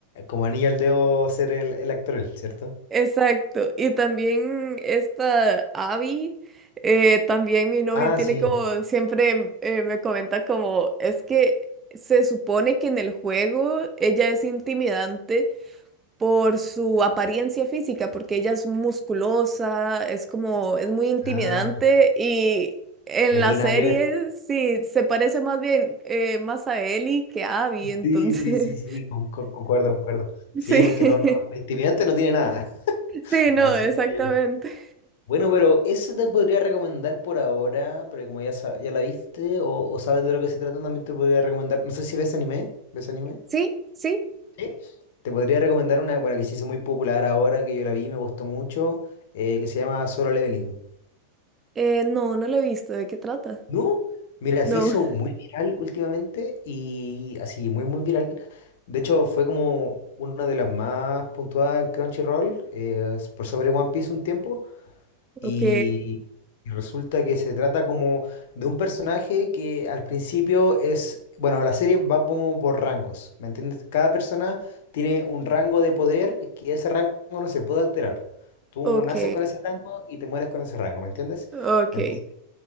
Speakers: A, on the left; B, on the right.
A: como anillo al dedo ser el, el actor, él, ¿cierto?
B: Exacto. Y también esta Abby, eh, también mi novio
A: Ah,
B: tiene
A: sí.
B: como, siempre eh, me comenta como, es que se supone que en el juego ella es intimidante por su apariencia física, porque ella es musculosa, es como, es muy intimidante
A: ah
B: y en
A: de
B: la
A: aquí
B: serie
A: nada que ver.
B: sí, se parece más bien eh, más a Ellie que a Abby, entonces,
A: Sí, sí, sí, sí, con- con- concuerdo, concuerdo.
B: <laughs>
A: Sí,
B: sí,
A: porque no, no, de intimidante no tiene nada. <laughs>
B: <laughs> sí, no,
A: Así
B: exactamente.
A: que. Bueno, pero eso te podría recomendar por ahora, pero como ya, sa- ya la viste o, o sabes de lo que se trata, también te podría recomendar. No sé si ves anime. ¿Ves anime?
B: Sí, sí,
A: Sí. Te podría recomendar una, bueno, que se hizo muy popular ahora, que yo la vi, me gustó mucho, eh, que se llama Solo Leveling.
B: Eh, no, no lo he visto. ¿De qué trata?
A: ¿No? Mira,
B: No.
A: se hizo muy viral últimamente y así, muy, muy viral. De hecho, fue como una de las más puntuadas en Crunchyroll, eh, por sobre One Piece un tiempo.
B: <laughs>
A: Y
B: Ok,
A: y resulta que se trata como de un personaje que al principio es, bueno, la serie va como por rangos, ¿me entiendes? Cada persona tiene un rango de poder que ese rango no se puede alterar. Tú
B: ok,
A: naces con ese rango y te mueres con ese rango, ¿me entiendes?
B: ok,
A: Entonces,